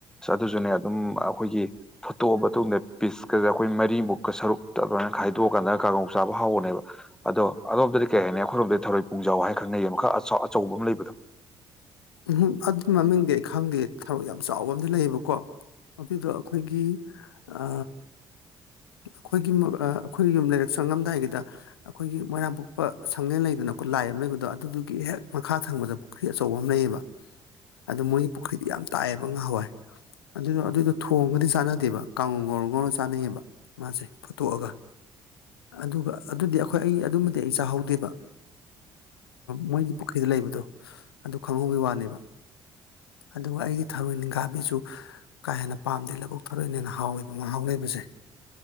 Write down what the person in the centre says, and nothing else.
ꯑꯗꯨꯁꯨꯅꯦ ꯑꯗꯨꯝ ꯑꯩꯈꯣꯏꯒꯤ ꯐꯣꯠꯇꯣꯛꯑ ꯃꯇꯨꯡꯗ ꯄꯤꯁꯀꯁꯦ ꯑꯩꯈꯣꯏ ꯃꯔꯤꯃꯨꯛꯀ ꯁꯔꯨꯛꯇ ꯑꯗꯨꯃꯥꯏꯅ ꯈꯥꯏꯗꯣꯛꯑꯀꯥꯟꯗ ꯀꯥꯡꯉꯧ ꯆꯥꯕ ꯍꯧꯧꯕꯅꯦꯕ ꯑꯗꯣ ꯑꯗꯣꯝ ꯀꯩ ꯍꯥꯏꯅꯤ ꯑꯩꯈꯣꯏꯔꯣꯝꯗ ꯊꯧꯔꯣꯏ ꯄꯨꯡꯖꯥꯎ ꯍꯥꯏ ꯈꯪꯅꯩꯌꯦ ꯃꯈꯥ ꯑꯆꯧꯕ ꯑꯃ ꯂꯩꯕꯗꯣ